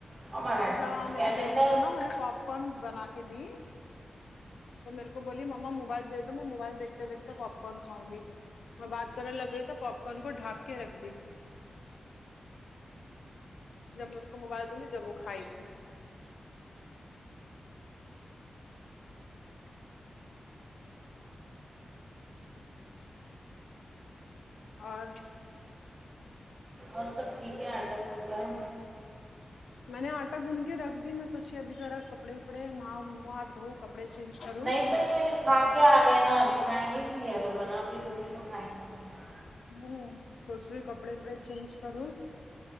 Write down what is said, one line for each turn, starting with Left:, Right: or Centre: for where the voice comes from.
Right: اور مراٹھی
Left: اچھا
Right: میں
Left: میری
Right: کیلنڈر
Left: بیٹی کو نا میں نے پاپ کارن بنا کے دی تو میرے کو بولی مما موبائل دے دو میں موبائل دیکھ دیکھتے پاپ کارن کھاؤ نگی میں بات کرنے لگ گئی تو پاپ کارن کو ڈھانپ کے رکھ دی جب میں اس کو موبائل دوں گی جب وہ کھائے گی اور
Right: اور سب ٹھیک ہے آٹا بم ہے
Left: میں نے آٹا گوند کے رکھ دی میں سوچی ابھی ذرا کپڑے اپڑے نہاوں منہ ہاتھ دھوں کپڑے چینج کروں
Right: نہیں تو یہ کھا کے آ گئے نا ابھی کھائیں گے بھی نہیں اگر بنا بھی تم نہیں تو کھائیں گے نہیں۔
Left: ہمم سوچ رہی کپڑے اپڑے چینج کروں